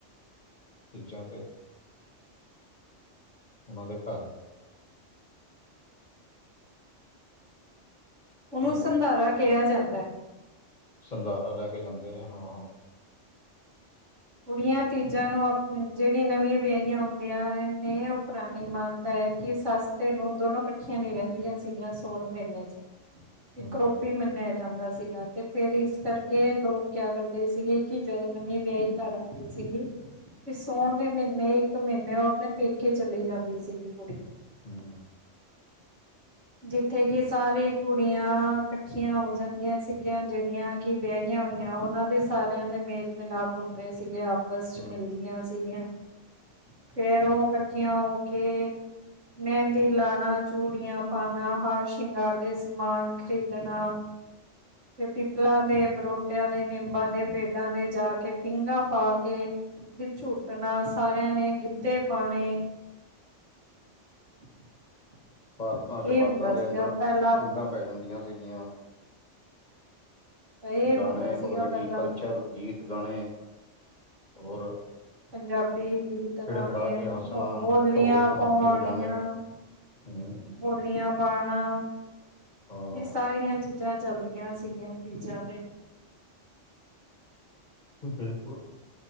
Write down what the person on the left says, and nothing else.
ਚੀਜ਼ਾਂ ਤੇ ਉਹਨਾਂ ਦੇ ਘਰ
ਹੋਰ
ਸੰਧਾਰਾ ਲੈ ਕੇ ਜਾਂਦੇ ਹੈ ਹਾਂ- ਹਾਂ
ਹੂੰ
ਹਮ
ਹੂੰ।
ਪਾਰਕਾਂ
ਚ ਬਾਗਾਂ
ਦੇ
ਅੰਦਰ
ਪੀਂਘਾਂ ਪੈ ਜਾਂਦੀਆਂ ਸੀਗੀਆਂ
ਗਾਣੇ
ਮਤਲਬ
ਕਿ ਕਲਚਰ ਗੀਤ ਗਾਣੇ ਹੋਰ
ਖਿੜ
ਖਿੜਾ ਕੇ ਹੱਸਣਾ
ਢੋਲ ਢਮਾਕੇ
ਵਜਾਣੇ ਹੂੰ
ਹਾਂ
ਬਿਲਕੁਲ